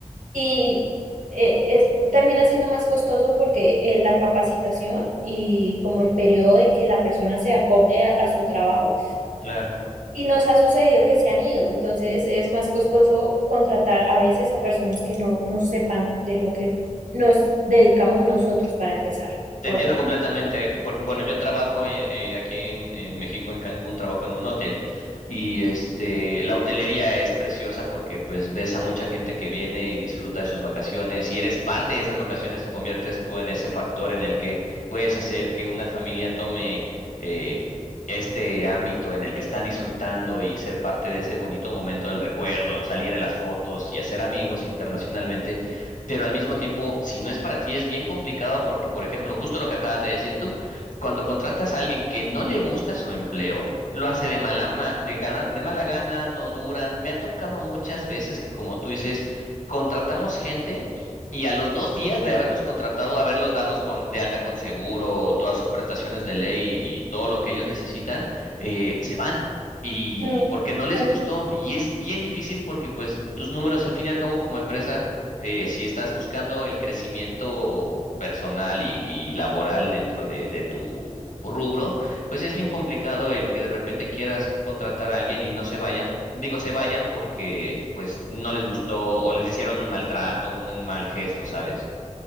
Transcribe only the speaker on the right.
y eh, es- termina siendo más costoso porque eh, la capacitación y como el periodo de que la persona se acople a a su trabajo
Y nos ha sucedido que se han ido, entonces es más costoso contratar a veces a personas que no, no sepan de lo que nos dedicamos nosotros para empezar
por
ahí.
Mm,
eh,